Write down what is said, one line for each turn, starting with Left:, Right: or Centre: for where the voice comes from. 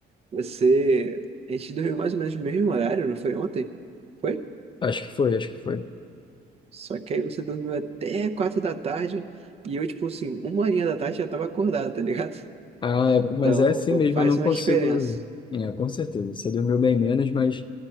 Right: você. A gente dormiu mais ou menos no mesmo horário, não foi ontem? Foi?
Left: Acho que foi, acho que foi.
Right: Só que aí você dormiu até quatro da tarde e eu, tipo assim, uma horinha da tarde já tava acordado, tá ligado?
Left: Ah, é- mas
Right: Então,
Left: é assim
Right: pô,
Left: mesmo,
Right: faz
Left: eu não
Right: uma
Left: consigo.
Right: diferença.
Left: É, com certeza, você dormiu bem menos, mas